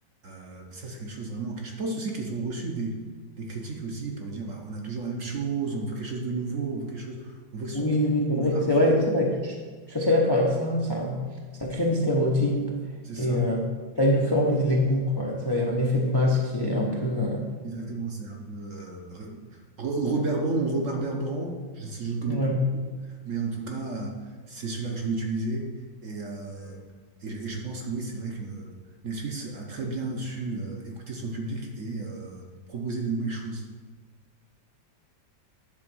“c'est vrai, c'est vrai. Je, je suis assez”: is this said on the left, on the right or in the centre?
Left